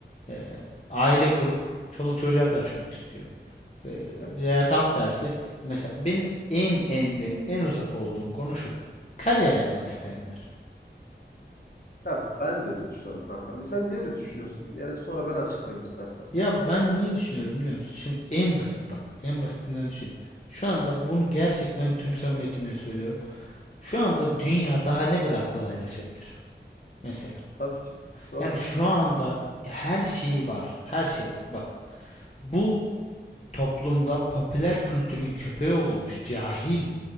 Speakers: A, on the left (about 35°); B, on the left (about 55°).
A: eee, aile kurup çoluk çocuğa karışmak istiyor. Eee,
B: evet.
A: veya tam tersi mesela benim en en benim en uzak olduğum konu şu. Kariyer yapmak isteyenler.
B: Ya ben de öyle düşünüyorum kanka. Sen niye öyle düşünüyorsun? Yani sonra ben açıklayayım istersen.
A: Ya ben niye düşünüyorum biliyor musun? Şimdi en basit bak, en basitinden düşüneyim. Şu anda bunu gerçekten tüm samimiyetimle söylüyorum. Şu anda dünya daha ne kadar kolaylaşabilir mesela.
B: Tabii ki. Doğru.
A: Yani şu anda her şeyi var, her şey var. Bak bu toplumda popüler kültürün köpeği olmuş, cahil